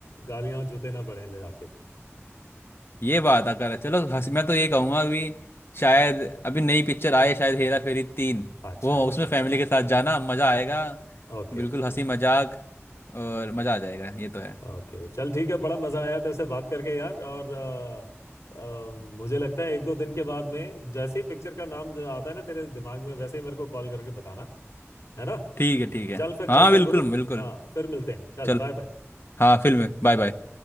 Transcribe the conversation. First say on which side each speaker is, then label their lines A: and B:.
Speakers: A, on the left; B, on the left.
A: गालियां जूते ना पड़े ले जाके
B: ये बात अगर चलो हंस मैं तो ये कहूंगा अभी शायद अभी नई पिक्चर आए शायद हेरा फेरी तीन
A: अच्छा
B: वो उसमें
A: अच्छा
B: फैमिली के साथ जाना मज़ा आएगा
A: ओके
B: बिल्कुल हंसी मजाक और मज़ा आ जाएगा ये तो है
A: ओके चल ठीक है बड़ा मजा आया तेरे से बात करके यार और अ, अ, मुझे लगता है एक दो दिन के बाद में जैसे ही पिक्चर का नाम जो आता है ना तेरे दिमाग में वैसे ही मेरे को कॉल करके बताना है ना
B: ठीक है ठीक है
A: चल फिर चलते
B: हाँ बिल्कुल
A: हैं गुरु
B: बिल्कुल
A: हाँ फिर मिलते हैं चल
B: चल
A: बाय बाय
B: हाँ फिल्म बाय बाय